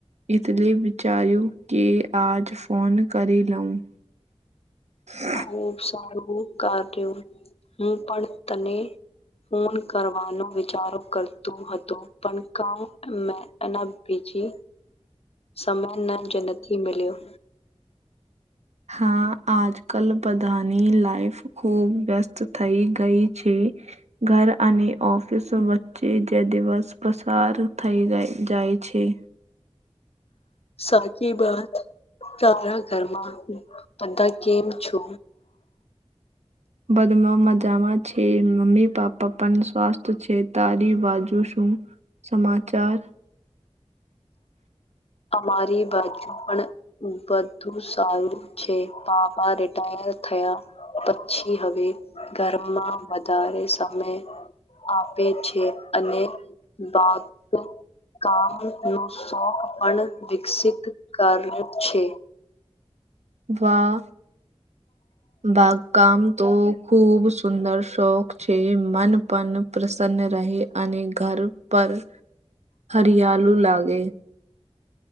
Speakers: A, on the right; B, on the left.
A: એતલે વિચારું કે આજ ફોન કરી લઉં. હા
B: ખુબ સારું કાર્યું હું પણ તને ફોન કરવાનો વિચારો કરતો હતો. પણ કામ મેં એના બીજી
A: <unintelligible>
B: સમય જ નથી મિલ્યુ.
A: હા આજ કલ બધાની લાઈફ ખૂબ વ્યસ્ત થઈ ગઈ છે. ઘર અને ઓફિસ વચ્ચે જે દિવસ બસ કાર થઈ રઈ જાય છે.
B: સાચી બાત તારા ઘરમાં બધા કેમ છો.
A: બદમાં મજામાં છે મમ્મી પાપા પણ સ્વાસ્થ છે તારી બાજુ શું સમાચાર
B: અમારી બાજુ પણ બધુ સારું છે પાપા રિટાયર થયા પછી હવે. ઘરમાં વધારે સમય આપે છે અને બાકી કામ. નો શોક પણ વિકસિત કયુ છે.
A: વા બાગકામ તો. ખૂબ સુંદર શોખ છે મનપન પ્રસન્ન રહે અને ઘર પર હરિયાલુ લાગે.